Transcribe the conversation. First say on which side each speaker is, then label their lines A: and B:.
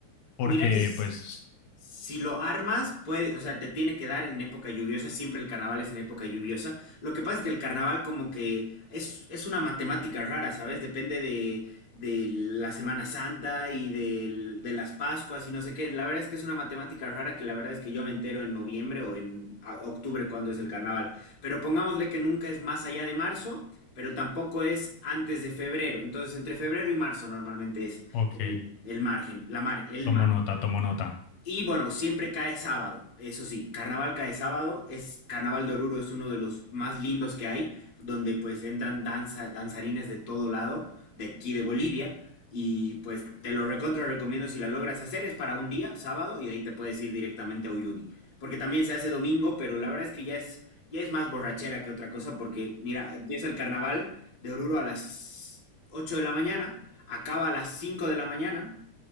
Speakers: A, on the left; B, on the left.
A: Porque,
B: Mira que s-
A: pues,
B: si lo armas, puede, o sea, te tiene que dar en época lluviosa, siempre el carnaval es en época lluviosa. Lo que pasa es que el carnaval como que es, es una matemática rara, ¿sabes? Depende de, de la Semana Santa y del- de las Pascuas y no sé qué. La verdad es que es una matemática rara que la verdad es que yo me entero en noviembre o en a- octubre cuando es el carnaval. Pero pongámosle que nunca es más allá de marzo, pero tampoco es antes de febrero. Entonces, entre febrero y marzo normalmente es
A: ok,
B: el margen, la mar, el
A: tomo
B: margen.
A: nota, tomo nota.
B: Y bueno, siempre cae sábado, eso sí, carnaval cae sábado, es Carnaval de Oruro es uno de los más lindos que hay, donde pues entran danza, danzarines de todo lado, de aquí de Bolivia, y pues te lo recontra recomiendo si la logras hacer, es para un día, sábado, y de ahí te puedes ir directamente a Uyuni, porque también se hace domingo, pero la verdad es que ya es, ya es más borrachera que otra cosa, porque mira, empieza el Carnaval de Oruro a las 8 de la mañana, acaba a las 5 de la mañana,